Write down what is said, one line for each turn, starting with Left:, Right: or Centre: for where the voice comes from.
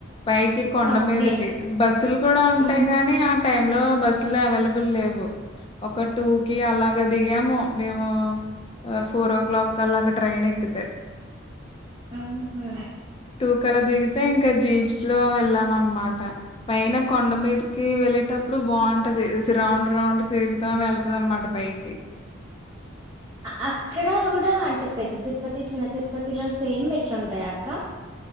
Left: పైకి కొండ
Right: ఓకే
Left: మీదకీ బస్సులు కూడా ఉంటాయి
Right: ఉ
Left: కాని టై లో బస్సు లో అవైలబుల్ లేవు ఒక టూ కి అలాగ దిగాము మేము ఫోర్ ఓ క్లాక్ క అల్ల అక్కడ ట్రైన్ ఎక్కితే
Right: ఉహు
Left: టూ <unintelligible> దిగితే ఇంక జీప్స్ లో వెళ్ళాం అనమాట పైన కొండ మీదికి వెళ్ళేటప్పుడు బావుంటది రౌండ్ రౌండ్ తిరుగుతా వెళ్తది అనమాట పైకి
Right: అక్కడ కూడా అంటే పెద్ద తిరుపతి చిన్న తిరుపతిలో సేమ్ ఎట్లుంటాయ అక్క